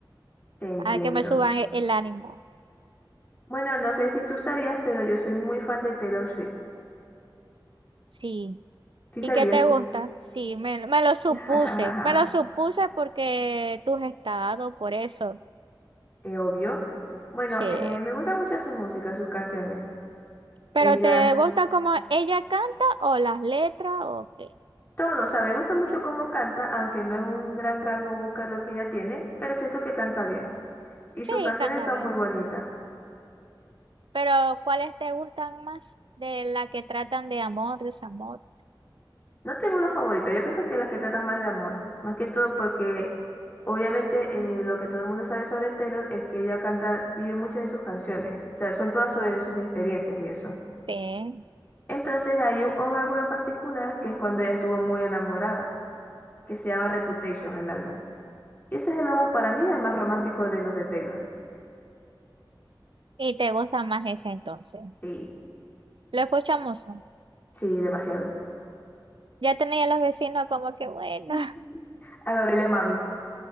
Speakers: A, on the left; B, on the right.
A: te entiendo.
B: a que me suban e- el ánimo.
A: Bueno, no sé si tú sabías, pero yo soy muy fan de Taylor Swift.
B: Sí.
A: ¿Sí
B: ¿Y
A: sabías?
B: qué te gusta? Sí, me, me lo supuse.
A: <laughs>
B: Me lo supuse porque tú has estado, por eso.
A: Es obvio. Bueno,
B: Sí.
A: eh, me gusta mucho su música, sus canciones.
B: ¿Pero
A: Ella,
B: te gusta cómo ella canta o las letras o qué?
A: todo, o sea, me gusta mucho cómo canta, aunque no es un gran rango vocal lo que ella tiene, pero siento que canta bien. Y
B: Sí,
A: sus canciones
B: canta
A: son
B: bien.
A: muy bonitas.
B: Pero ¿cuáles te gustan más? De la que tratan de amor, desamor.
A: No tengo una favorita, yo pienso que las que tratan más de amor. Más que todo porque obviamente eh, lo que todo el mundo sabe sobre Taylor es que ella canta, vive muchas de sus canciones. O sea, son todas sobre sus experiencias y eso.
B: Sí.
A: Entonces hay un, un álbum en particular que es cuando ella estuvo muy enamorada, que se llama Reputation el álbum. Y ese es el álbum para mí el más romántico de los de Taylor.
B: ¿Y te gusta más esa entonces?
A: Sí,
B: Lo escuchamos. ¿no?
A: sí, demasiado.
B: Ya tenía los vecinos como que bueno.
A: <laughs>
B: <laughs>
A: A Gabriela Mami.